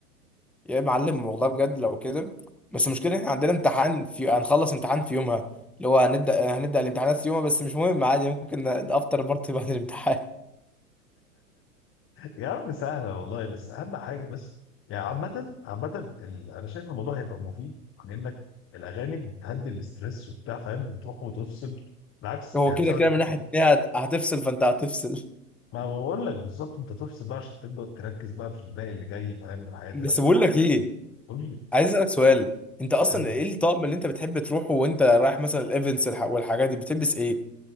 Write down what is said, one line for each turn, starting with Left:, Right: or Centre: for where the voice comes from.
Centre: يا معلم والله بجد لو كده بس المشكله احنا عندنا امتحان في هنخلص امتحان في يومها اللي هو هنبدا هنبدا الامتحانات في يومها بس مش مهم عادي ممكن افطر بارتي <laughs> بعد الامتحان
Left: يا عم سهلة والله بس أهم حاجة بس يعني عامة عامة ال- أنا شايف الموضوع هيبقى مفيد لأنك الأغاني بتهدي الاسترس وبتاع فاهم بتروح وتفصل بالعكس
Centre: هو
Left: يعني
Centre: كده
Left: هتشغل
Centre: كده من ناحيه إن هي هت- هتفصل فانت هتفصل
Left: ما بقول لك بالظبط أنت تفصل بقى عشان تبدأ تركز بقى في الباقي اللي جاي فاهم من حياتك
Centre: بس بقول لك ايه
Left: قول لي
Centre: عايز اسالك سؤال انت
Left: اسألني
Centre: اصلا ايه الطقم اللي انت بتحب تروحه وانت رايح مثلا الايفنتس والح- والحاجات دي بتلبس ايه؟